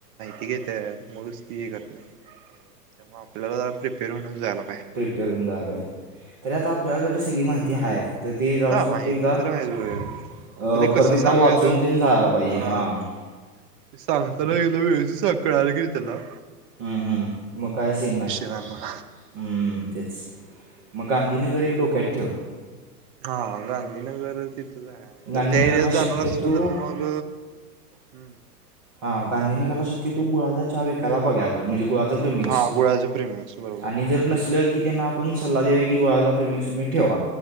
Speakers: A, on the right; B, on the right.
A: ती घेत्यात मगच ती हे करत्यात त्यामुळं आपल्याला जरा प्रिपेर होऊनच जाया ला
B: प्रिपेअर होऊन जाया पाहिजे, तरी आता आपल्याकडं सगळी माहिती हाय फक्त तर ते जाऊ
A: हा माहिती
B: <unintelligible> एकदा अ
A: तर आहे होय फक्त ते कसं
B: परत एकदा
A: सांगायचं
B: वाचून तेन जायाला पाहिजे
A: हा
B: हां.
A: सांगताना एकदा व्यवस्ती सांग कळाल क नाय तेला.
B: हम्म हम्म म काय सिन नाय
A: नाही मग
B: हम तेच, मग गांधीनगर एक डोक्यात ठेव.
A: हा गांधीनगर त जर
B: गांधीनगरला
A: त्या एरियात जाणार
B: शक्यतो
A: असल तर मग, हम्
B: हा गांधीनगरला शक्यतो गुळाचा चहा विकायला बगूया आपण म्हणजे गुळाचं प्रिमिक्स,
A: हा गुळाचं प्रेमिक्स बरोबर
B: आणि जर नसलं की त्यांना आप आपण सल्ला देऊया की गुळाचं प्रिमिक्स तुम्ही ठेवा.